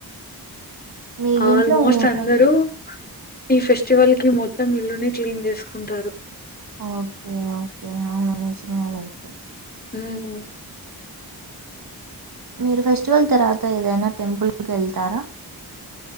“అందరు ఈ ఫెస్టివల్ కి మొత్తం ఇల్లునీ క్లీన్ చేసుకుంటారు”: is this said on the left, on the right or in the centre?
Left